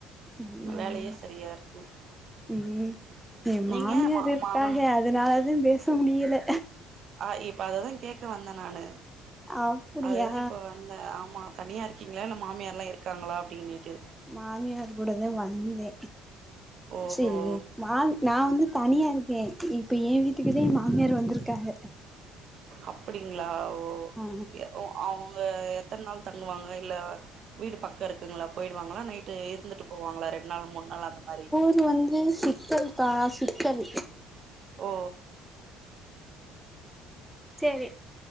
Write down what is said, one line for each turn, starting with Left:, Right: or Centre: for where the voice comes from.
Centre: ம்
Right: வேலையே சரியா இருக்கு
Centre: ம் எய மாமியார்
Right: நீங்க மா
Centre: இருக்காக
Right: மாமனா
Centre: அதுனால தா பேச முடியல
Right: ஆ இப்ப அததா கேக்க வந்த நானு
Centre: அப்டியா
Right: அதாவது இப்ப வந்த ஆமா தனியா இருக் க்கீங்கல்லா இல்ல மாமியார்ல்லா இருக்காங்களா அப்டின்னுட்டு
Centre: மாமியார் கூடதா வந்த
Right: ஓஹோ
Centre: செரி மாமி நா வந்து தனியாருக்க இப்போ எய வீட்டுக்குதா மாமியார் வந்துருக்காங்க
Right: அப்டிங்களா ஓ
Centre: ஆ
Right: ஏ ஓ அவங்க எத்தன் நாள் தங்குவாங்க இல்ல வீடு பக்கம் இருக் இருக்குங்களா போயிடுவாங்களா நைட்டு இருந்துட்டு போவாங்களா ரெண்டு நாள் மூணு நாள் அந்த மாரி
Centre: இது வந்து சிக்கல் கா சிக்கல்
Right: ஓ
Centre: சேரி